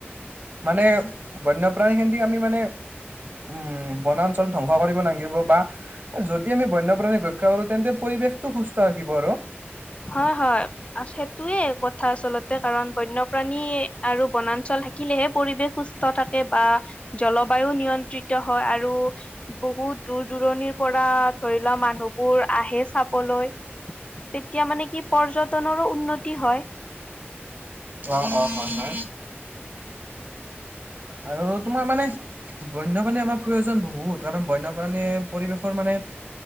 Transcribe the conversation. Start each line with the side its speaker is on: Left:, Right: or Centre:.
Right: মানে বন্যপ্ৰাণী খেদি আমি মানে। উম বনাঞ্চল। ধ্বংস কৰিব নালাগিব বা যদি আমি বন্যপ্ৰাণীক ৰক্ষা কৰো তেন্তে পৰিৱেশ। তো সুস্থ থাকিব আৰু।
Left: হয় হয় সেইটোয়ে কথা আচলতে কাৰণ বন্যপ্ৰাণী। আৰু বনাঞ্চল থাকিলেহে পৰিৱেশ সুস্থ থাকে বা জলবায়ু নিয়ন্ত্ৰিত হয় আৰু। বহুত দূৰ দূৰণিৰ পৰা ধৰি লোৱা মানুহবোৰ আহে চাবলৈ। তেতিয়া মানে কি পৰ্যটনৰো উন্নতি হয়।
Right: অ অ অ হয় হয়। আৰু তোমাৰ মানে বন্যয়প্ৰাণী আমাৰ প্ৰয়োজন বহুত। কাৰণ বন্যপ্ৰাণীয়ে পৰিৱেশৰ মানে